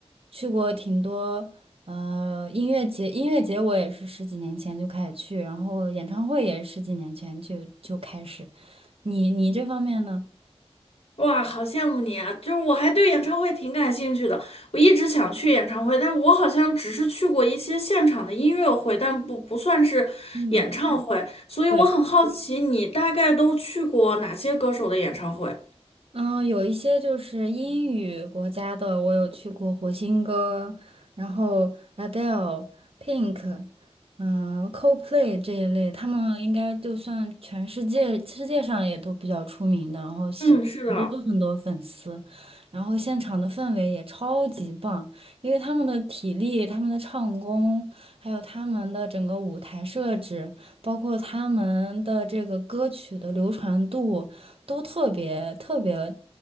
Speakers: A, on the right; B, on the left.
A: 去过挺多呃音乐节，音乐节我也是十几年前就开始去，然后演唱会也十几年前就就开始，你你这方面呢？
B: 哇，好羡慕你啊！就是我还对演唱会挺感兴趣的，我一直想去演唱会，但我好像只是去过一些现场的音乐会，但不不算是演唱会，
A: 嗯。
B: 所以我很好奇你大概都去过哪些歌手的演唱会？
A: 对。嗯，有一些就是英语国家的，我有去过火星哥，然后 Adele、Pink，嗯，Coldplay 这一类，他们应该就算全世界世界上也都比较出名的，然后喜很多很多粉丝，
B: 嗯，是的。
A: 然后现场的氛围也超级棒，因为他们的体力、他们的唱功，还有他们的整个舞台设置，包括他们的这个歌曲的流传度。都特别特别，